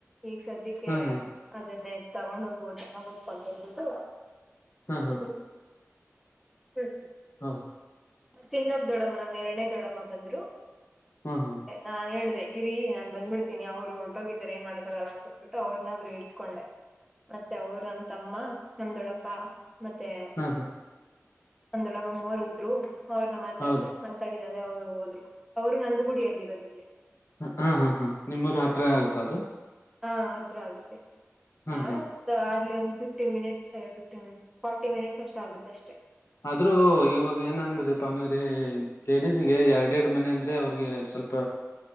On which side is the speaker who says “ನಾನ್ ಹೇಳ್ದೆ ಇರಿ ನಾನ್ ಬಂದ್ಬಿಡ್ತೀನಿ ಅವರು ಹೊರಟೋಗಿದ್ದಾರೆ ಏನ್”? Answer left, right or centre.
Centre